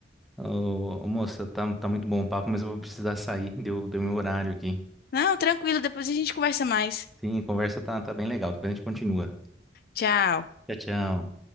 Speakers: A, in the centre; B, on the left.
A: Ô, ô, moça, tá, tá muito bom o papo, mas eu vou precisar sair. Deu, deu meu horário aqui.
B: Não, tranquilo, depois a gente conversa mais.
A: Sim, a conversa tá, tá bem legal. Depois a gente continua.
B: Tchau.
A: Tchau, tchau.